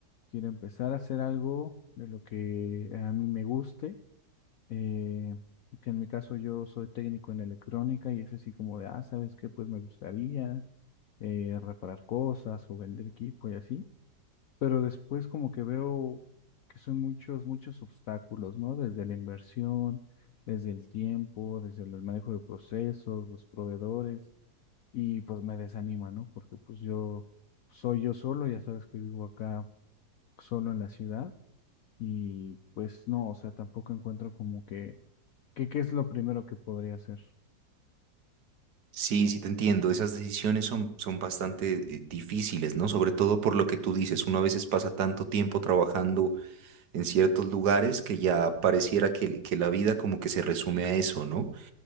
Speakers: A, on the left (about 75°); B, on the right (about 65°).
A: Quiero empezar a hacer algo de lo que a mí me guste, eh, que en mi caso yo soy técnico en electrónica y es así como de, ah, ¿sabes qué? Pues me gustaría eh, reparar cosas o vender equipo y así. Pero después como que veo que son muchos, muchos obstáculos, ¿no? Desde la inversión, desde el tiempo, desde el manejo de procesos, los proveedores, y pues me desanima, ¿no? Porque pues yo soy yo solo, ya sabes que vivo acá solo en la ciudad y pues no, o sea, tampoco encuentro como que, que qué es lo primero que podría hacer.
B: Sí, sí te entiendo. Esas decisiones son, son bastante eh, difíciles, ¿no? Sobre todo por lo que tú dices. Uno a veces pasa tanto tiempo trabajando en ciertos lugares que ya pareciera que, que la vida como que se resume a eso, ¿no?